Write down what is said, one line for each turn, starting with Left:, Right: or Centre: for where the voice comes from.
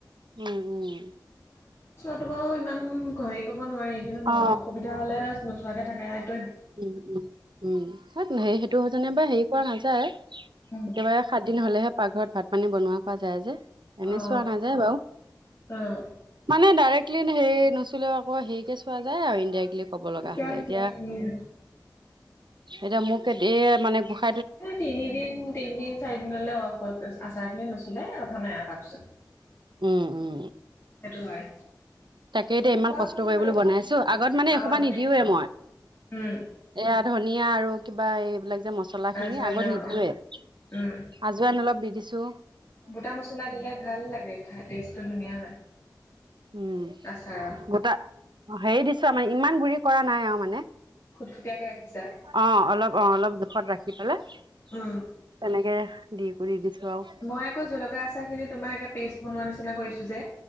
Right: উম উম।
Left: টো বাৰু ইমান ঘৰি ক'ব নোৱাৰি কিন্তু ন
Right: অ
Left: অসুবিধা হলে নোচোৱাকে থাকাই
Right: উম উম উম, সেইটো যেনিবা হেৰি কৰা নাযায়
Left: উম,
Right: একেবাৰে সাত দিন হ'লেহে পাকঘৰত ভাত পানী বনোৱা খোৱা যায় যে, এনেই
Left: অ',
Right: চুৱা নাযায় বাও।
Left: অ',
Right: মানে ডাইৰেক্টলি হেৰি নুচুলেও আকৌ হেৰিকে চোৱা যায় আৰু ইনডাইৰেক্টলি ক'ব লগা
Left: যায়
Right: হ'লে, এতিয়া
Left: যায় উম।
Right: এতিয়া মোকে ধেৰিয়ে মানে গ
Left: তিনিদিন তিনদিন চাৰিদিনলে আচাৰ খিনি নুচুলে এই কথা নাই আৰু তাৰপিছত।
Right: উম। উম
Left: সেইটো হয়।
Right: তাকে এতিয়া ইমান
Left: কোৱা
Right: কষ্ট
Left: শুনো
Right: কৰিবলৈ
Left: আৰু
Right: বনাইছো, আগত মানে
Left: অ',
Right: এসোপা নিদিওঁৱে মই।
Left: উম।
Right: এয়া ধুনিয়া আৰু কিবা এইবিলাক যে মচলা
Left: আজমাইন
Right: খিনি আগত
Left: অ',
Right: নিদিওঁৱে।
Left: অ', উম।
Right: আজৱাইন অলপ দি দিছোঁ।
Left: গোটা মছলা দিলে ভাল লাগে খাই টেষ্টটো ধুনীয়া হয়।
Right: উম
Left: আচাৰৰ
Right: গোটা হেৰি দিছোঁ আৰু মানে ইমান গুৰি কৰা নাই আও মানে।
Left: খুটখুটীয়াকে ৰাখিছা
Right: অঁ অলপ অঁ অলপ জোখত ৰাখি পেলাই। তেনেকে
Left: উম
Right: দি কৰি দিছোঁ আৰু।
Left: মই আকৌ জলকীয়া আচাৰ খিনি তোমাৰ একে পেষ্ট বনোৱা নিচিনা কৰিছো যে